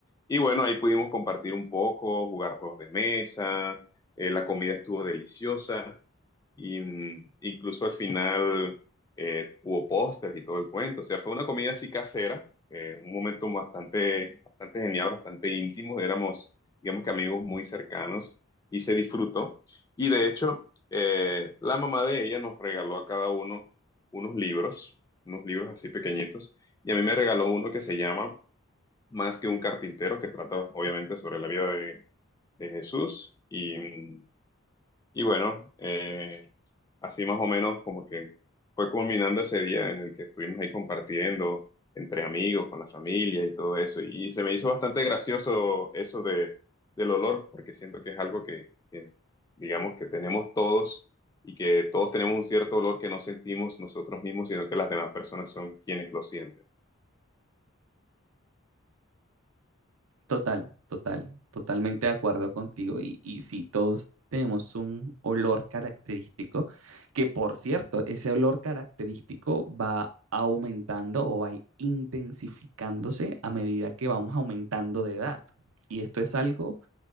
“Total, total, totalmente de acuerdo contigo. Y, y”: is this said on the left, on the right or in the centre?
Right